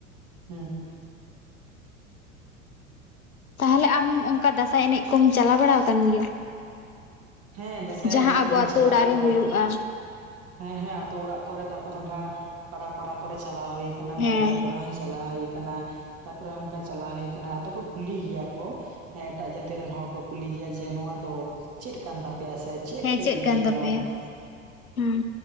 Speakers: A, on the right (about 35°); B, on the left (about 85°).
A: ᱦᱩᱸ᱾
B: ᱛᱟᱦᱞᱮ ᱟᱢ ᱚᱱᱠᱟ ᱫᱟᱸᱥᱟᱭ ᱮᱱᱮᱡ ᱠᱚᱢ ᱪᱟᱞᱟᱣ ᱵᱟᱲᱟᱣ ᱠᱟᱱ ᱜᱮᱭᱟ?
A: ᱦᱮᱸ ᱫᱟᱸᱥᱟᱭ
B: ᱡᱟᱦᱟᱸ
A: ᱮᱱᱮᱡ
B: ᱟᱵᱚ
A: ᱠᱚᱫᱚᱧ
B: ᱟᱛᱳ
A: ᱪᱟᱞᱟᱣ
B: ᱚᱲᱟᱜ ᱨᱮ
A: ᱠᱟᱱᱟ
B: ᱦᱩᱭᱩᱜᱼᱟ᱾
A: ᱦᱮᱸ ᱦᱮᱸ ᱟᱛᱳ ᱚᱲᱟᱜ ᱠᱚᱨᱮ ᱛᱟᱨᱯᱚᱨᱮ ᱱᱚᱝᱠᱟ ᱯᱟᱲᱟ ᱯᱟᱲᱟ ᱠᱚᱨᱮ ᱪᱟᱞᱟᱣ ᱦᱩᱭ ᱟᱠᱟᱱᱟ
B: ᱦᱮᱸ
A: ᱵᱟᱡᱟᱨ ᱠᱚᱨᱮ ᱦᱚᱸ᱾ ᱪᱟᱞᱟᱣ ᱦᱩᱭ ᱠᱟᱱᱟ ᱛᱟᱯᱚᱨᱮ ᱚᱱᱠᱟ ᱪᱟᱞᱟᱣ ᱦᱩᱭ ᱟᱠᱟᱱᱟ, ᱟᱫᱚ ᱠᱚ ᱠᱩᱞᱤ ᱜᱮᱭᱟ ᱠᱚ᱾ ᱦᱮᱸ ᱮᱴᱟᱜ ᱡᱟᱹᱛᱤ ᱨᱮᱱ ᱦᱚᱲ ᱠᱚ ᱠᱩᱞᱤ ᱜᱮᱭᱟ ᱡᱮ ᱱᱚᱣᱟ ᱫᱚ ᱪᱮᱫ ᱠᱟᱱ ᱛᱟᱯᱮᱭᱟ ᱥᱮᱼᱼ ᱪᱮᱫ
B: ᱦᱮᱸ
A: ᱯᱮ ᱤᱭᱟ.
B: ᱠᱟᱱ
A: ᱭᱫᱟ
B: ᱛᱟᱯᱮᱭᱟ
A: ᱱᱚᱣᱟᱫᱚ?
B: ᱦᱩᱸ